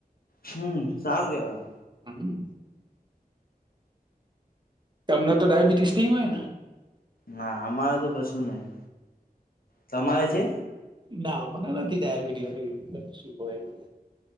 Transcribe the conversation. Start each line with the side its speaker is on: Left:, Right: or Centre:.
Left: હમ સારું કેવા.
Right: હમ. તમને તો ડાયાબિટીસ નઈ હોય ને.
Left: ના અમારે તો કશું નહી તમારે છે.
Right: ના હમણાં નથી ડાયાબિટીસ. શુ હોય.